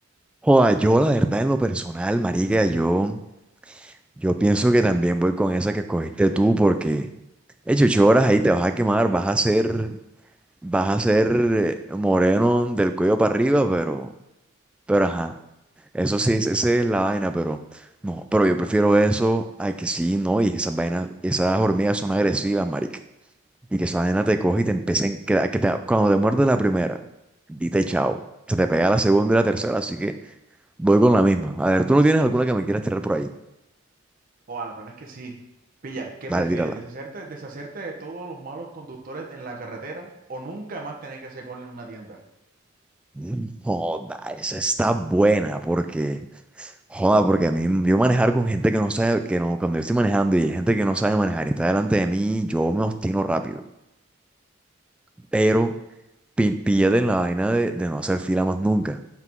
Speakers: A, in the centre; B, on the right.
A: joda, yo la verdad en lo personal, marica, yo, yo pienso que también voy con esa que escogiste tú porque hecho ocho horas ahí te vas a quemar, vas a ser, vas a ser eh, moreno del cuello para arriba, pero Pero ajá, eso sí, es- esa es la vaina, pero no, pero yo prefiero eso a que sí, no, y esas vainas, esas hormigas son agresivas, marica. Y que esa vaina te coge y te empiecen, que, que te- cuando te muerde la primera, dite chao. Se te pega la segunda y la tercera, así que voy con la misma. A ver, ¿tú no tienes alguna que me quieras tirar por ahí?
B: O al plan es que sí. Pilla, ¿qué
A: Dale,
B: prefieres?
A: tírala.
B: ¿Deshacerte, deshacerte de todos los malos conductores en la carretera o nunca más tener que hacer cola en una tienda?
A: Mm, Joda, esa está buena, porque, joda, porque a mí, yo manejar con gente que no sabe, que no, cuando yo estoy manejando y hay gente que no sabe manejar y está delante de mí, yo me obstino rápido. Pero pi- píllate en la vaina de, de no hacer fila más nunca.